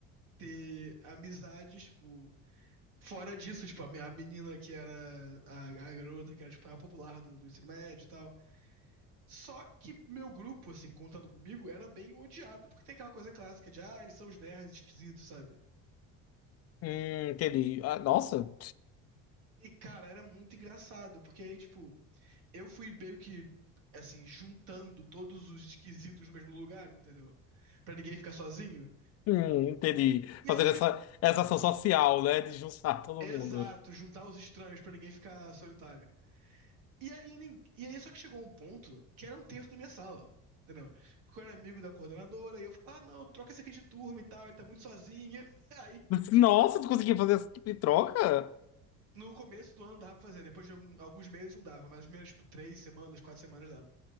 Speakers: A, on the right; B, on the left.
A: ter amizades, tipo, fora disso, tipo, a minha- a menina que era a, a garota que era, tipo, a popular do, do ensino médio e tal. Só que meu grupo, assim, contando comigo, era bem odiado porque tem aquela coisa clássica de, ah, eles são os nerds esquisitos, sabe?
B: Hum, entendi. Ah, nossa.
A: E, cara, era muito engraçado, porque aí, tipo, eu fui meio que, assim, juntando todos os esquisitos no mesmo lugar, entendeu? Pra ninguém ficar sozinho.
B: Hum, entendi.
A: E
B: Fazer
A: aí, as-
B: essa, essa ação social, né? De juntar todo
A: exato,
B: mundo.
A: juntar os estranhos pra ninguém ficar solitário. E aí, nin- e aí só que chegou um ponto que era um terço da minha sala. Entendeu? Porque eu era amigo da coordenadora, e eu falava, ah, não, troca esse aqui de turma e tal, ele tá muito sozinha. <laughs> Aí,
B: Nossa, tu conseguiu fazer esse tipo de troca?
A: no começo do ano dava pra fazer, depois de algum- alguns meses não dava, mas as primeiras, tipo, três semanas, quatro semanas dava.